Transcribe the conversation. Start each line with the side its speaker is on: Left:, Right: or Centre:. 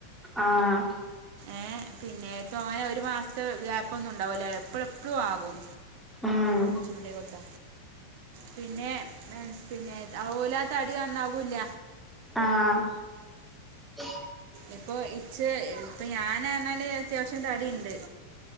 Centre: ആഹ്
Right: ഏഹ് പിന്നെ തോനെ അങ്ങനെ ഒരു മാസത്തെ ഗ്യാപ്പ് ഒന്നും ഉണ്ടാവൂല്ല എപ്പഴും എപ്പഴും ആകും
Centre: ഉം
Right: <unintelligible> കൊടുത്ത പിന്നെ പിന്നെ ഓല തടി നന്നാവൂല്ല
Centre: ആഹ് ഉ
Right: ഇപ്പൊ ഇച്ച് ഇപ്പൊ ഞനാണേല് അത്യാവശ്യം തടിണ്ട്